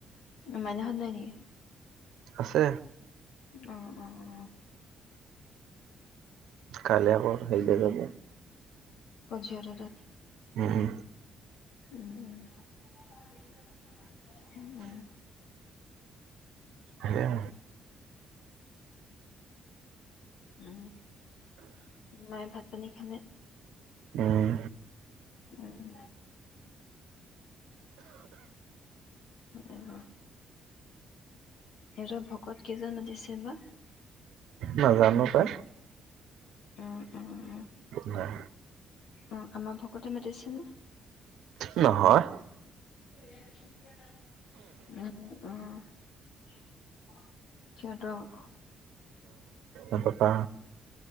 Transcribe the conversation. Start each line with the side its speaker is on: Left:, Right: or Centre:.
Left: মাইনাহঁত নাই নেকি
Right: আছে
Left: উম উম উম
Right: কালি আকৌ হেৰিলে যাব
Left: পজিয়াৰ তাত
Right: উম,
Left: উম উম <unintelligible> উম উম
Right: সেয়া
Left: উ মায়ে ভাত পানী খালে
Right: উম,
Left: উম আহ্ সিহঁত ভকত কেইজন মাতিছে বা
Right: নাজানো পাই
Left: উম উম উম
Right: নাই
Left: অ আমাৰ ভকতে মাতিছেনে
Right: নহয়।
Left: উম, অ'। সিহঁতৰ
Right: এটোপা